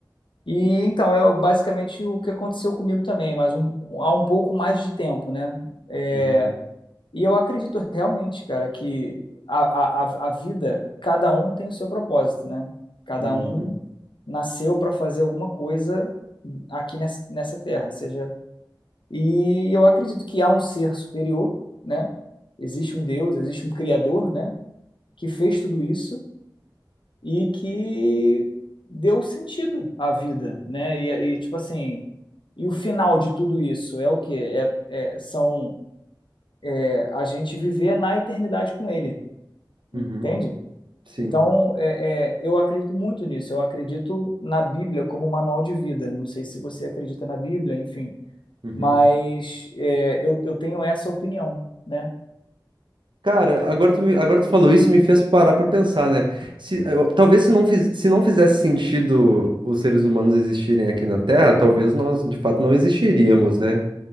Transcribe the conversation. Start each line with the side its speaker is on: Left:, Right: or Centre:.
Left: E então é basicamente o que aconteceu comigo também, mas um, há um pouco mais de tempo, né? É,
Right: Uhum.
Left: e eu acredito realmente, cara, que a, a, a a vida, cada um tem o seu propósito, né? Cada
Right: Uhum.
Left: um nasceu para fazer alguma coisa aqui nessa, nessa terra, seja. E eu acredito que há um ser superior, né? Existe um Deus, existe um Criador, né? Que fez tudo isso e que deu sentido à vida, né? E, e tipo assim, e o final de tudo isso é o quê? É, é, são é, a gente viver na eternidade com Ele, Entende?
Right: Uhum. Sim.
Left: Então, é, é, eu acredito muito nisso. Eu acredito na Bíblia como manual de vida. Não sei se você acredita na Bíblia, enfim,
Right: Uhum.
Left: mas é, eu, eu tenho essa opinião, né?
Right: Cara, agora tu, me- agora tu falou isso e me fez parar pra pensar, né? Se, eh, eu- talvez se não, fiz- se não fizesse sentido os seres humanos existirem aqui na Terra, talvez nós de fato não existiríamos, né?